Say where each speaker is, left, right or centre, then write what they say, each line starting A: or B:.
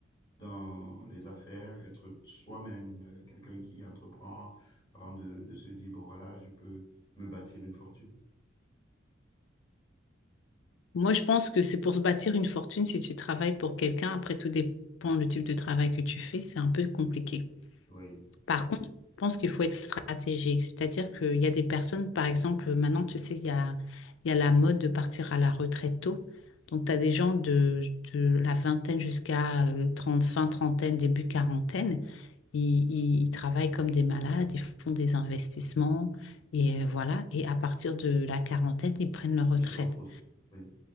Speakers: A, on the left (about 15°); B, on the left (about 75°).
A: dans les affaires, être soi-même, euh, quelqu'un qui entreprend avant de, de se dire, bon voilà, je peux me bâtir une fortune.
B: Moi, je pense que c'est pour se bâtir une fortune si tu travailles pour quelqu'un. Après, tout dépend le type de travail que tu fais. C'est un peu compliqué.
A: Oui,
B: Par contre, je pense qu'il faut être stratégique. C'est-à-dire qu'il y a des personnes, par exemple, maintenant, tu sais, il y a, il y a la mode de partir à la retraite tôt. Donc, tu as des gens de, de la vingtaine jusqu'à euh, 30, fin trentaine, début quarantaine Ils, ils- ils travaillent comme des malades, ils font des investissements et euh, voilà. Et à partir de la quarantaine, ils prennent leur
A: il
B: retraite.
A: se repose. Oui.